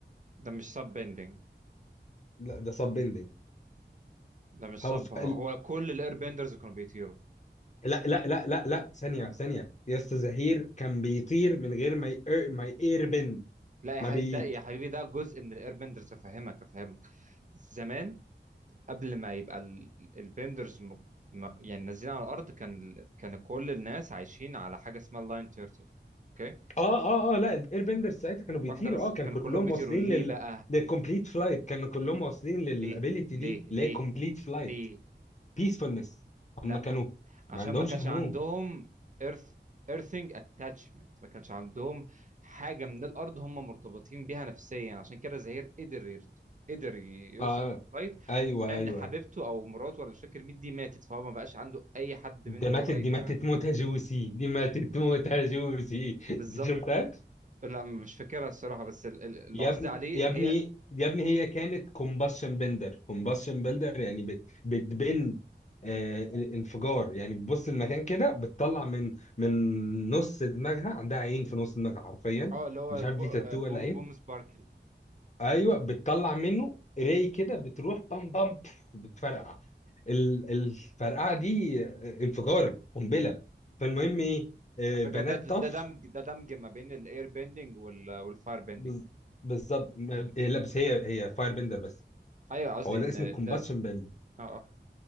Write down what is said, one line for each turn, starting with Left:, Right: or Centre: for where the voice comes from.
Right: ده مش سب بندنج
Left: لا ده سب بيندنج
Right: ده مش سب
Left: هو في
Right: هو
Left: ال-
Right: كل الاير بندرز كانوا بيطيروا
Left: لا لا لا لا لا ثانيه ثانيه يا استاذ زهير كان بيطير من غير ما ي- ما يير بند
Right: لا يا
Left: مبيت
Right: حبيبي ده يا حبيبي ده جزء من الايربندرز افهمك افهمك زمان قبل ما يبقى ال- البندرز م... م... يعني نازلين على الارض كان ال- كان كل الناس عايشين على حاجه اسمها اللاين تيرتل اوكي
Left: اه اه اه لا الاير بندرز ساعتها كانوا بيطيروا
Right: واحده بس
Left: اه كانوا
Right: كان
Left: كلهم
Right: كلهم بيطيروا
Left: واصلين
Right: ليه
Left: لل
Right: بقى
Left: للكومبليت فلايت كانوا كلهم واصلين للابيليتي
Right: ليه ليه
Left: دي
Right: ليه
Left: اللي هي كومبليت فلايت
Right: ليه
Left: بيسفولنس
Right: لا
Left: هم كانوا
Right: عشان
Left: ما عندهمش
Right: ما كانش
Left: هموم
Right: عندهم ايرث ايرثنج اتاتشمنت ما كانش عندهم حاجه من الارض هم مرتبطين بيها نفسيا عشان كده زهير قدر يرت... قدر يوصل
Left: اه
Right: للفايت
Left: ايوه
Right: عشان
Left: ايوه
Right: حبيبته
Left: أيوة.
Right: او مراته ولا مش فاكر مين دي ماتت فهو ما بقاش عنده اي حد
Left: دي
Right: منه
Left: ماتت
Right: قريب
Left: دي ماتت
Right: تمام
Left: موتة جوسي دي ماتت موتة جوسي
Right: <laughs>
Left: <laughs>
Right: بالظبط
Left: دي شفتهاش؟
Right: لا مش فاكرها الصراحه بس ال- ال- اللي
Left: يا
Right: قصدي
Left: ابني
Right: عليه
Left: يا
Right: ان
Left: ابني
Right: هي
Left: يا ابني هي كانت كومباشن بندر كومباشن بندر يعني بت- بتبند آه الانفجار يعني بتبص المكان كده بتطلع من من نص دماغها عندها عين في نص دماغها حرفيا
Right: اه اللي هو
Left: مش
Right: بو-
Left: عارف دي
Right: آه،
Left: تاتو
Right: بوم
Left: ولا عين
Right: بوم سباركل
Left: ايوه بتطلع منه راي كده بتروح بام بام بف، بتفرقع ال- الفرقعه دي آه، انفجار قنبله فالمهم ايه آه،
Right: على
Left: بنات
Right: فكره ده ده
Left: طف
Right: دمج ده دمج ما بين الاير بيندنج والفاير بيندنج
Left: بز- بالظبط ما- آه، لا بس هي هي فاير بندر بس
Right: ايوه قصدي
Left: هو ده
Right: ان
Left: اسمه الكومباشن
Right: ده
Left: بيل
Right: اه